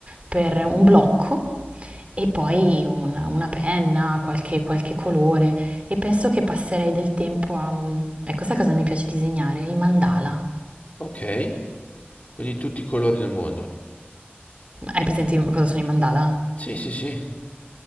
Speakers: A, on the right; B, on the left.
A: per un blocco e poi una, una penna, qualche, qualche colore e penso che passerei del tempo a... mm, Ecco, sai cosa mi piace disegnare? I mandala.
B: Ok, quindi tutti i colori del mondo.
A: Hai presente cosa sono i mandala?
B: Sì, sì, sì.